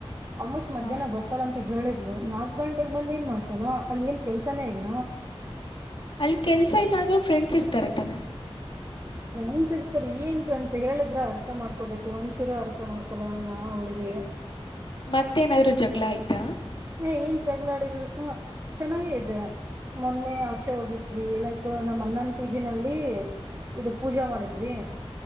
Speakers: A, on the right (about 30°); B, on the left (about 55°).
A: ಆಲ್ಮೋಸ್ಟ್ ಮಧ್ಯಾಹ್ನ
B: ಹಾ
A: ಬರ್ತಾರ
B: ಹೌದು
A: ಅಂತ ಹೇಳಿದ್ಲು ನಾಲ್ಕ್ ಗಂಟೆಗೆ ಬಂದ ಏನ್ ಮಾಡ್ತಾರ ಅಲ್ಲಿ ಏನ್ ಕೆಲ್ಸನೇ ಇಲ್
B: ಅಲ್ಲಿ ಕೆಲ್ಸ ಇಲ್ಲ ಅಂದ್ರರು ಫ್ರೆಂಡ್ಸ್ ಇರ್ತಾರೆ ತಾನೆ
A: ಫ್ರೆಂಡ್ಸ್ ಇರ್ತಾರೆ ಏನ್ ಫ್ರೆಂಡ್ಸ್ ಹೇಳಿದ್ರ ಅರ್ಥ ಮಾಡ್ಕೋಬೇಕು ಒಂದ್ ಶೂರು ಅರ್ಥ ಮಾಡ್ಕೊಲ್ಲಲ್ಲ ಅವ ಹಡುಗೆ
B: ಮತ್ತೇನಾದ್ರು ಜಗ್ಗಳ ಆಯ್ತಾ
A: ಹ ಏನ್ ಜಗಳಾಡಿಲ್ ಚೆನ್ನಾಗ ಇದೆ ಮೊನ್ನೆ ಆಚೆ ಹೋಗಿದ್ವಿ ಲೈಕ್ ನಮ್ಮ್ ಅ್ಣನ್ ಪೀಜಿನಲ್ಲಿ ಇದು ಪೂಜಾ ಮಾಡಿದ್ವಿ